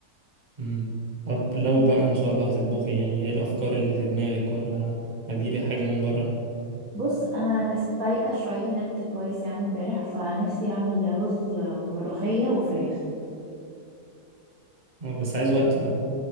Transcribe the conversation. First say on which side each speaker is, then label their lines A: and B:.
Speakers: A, on the right (about 30°); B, on the right (about 60°).
A: مم. طب لو بقى ان شاء الله هتطبخي يعني ايه الافكار اللي في دماغك ولا هتجيبي حاجه من بره
B: بص أنا أنا فايقة شوية نمت كويس يعني امبارح فنفسي أعمل رز وملوخية وفراخ
A: أه، بس عايز وقت ده